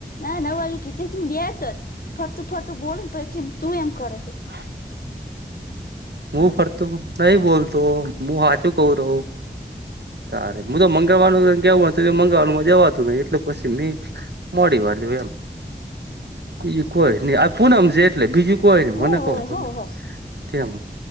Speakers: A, on the left (about 60°); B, on the right (about 80°).
A: ના નવ વાગે કીધને બેતો જ ફરતું ફરતું બોલ પ કે તું એમ કરેે
B: <inaudible> હું ફરતો
A: હે તે
B: નહી બોલતો હું સાચું કવ રહું તારે હું તો મંગળવાનું કેવું હતું કે મંગળવાનું જવાતું નહી એટલે પછી મે મોડી એમ બીજું કોઈ નહી આ પૂનમ છે એટલે બીજું કોઈ ન મને
A: ઓ હોવે
B: ક હોને
A: હો હો
B: ત્યાં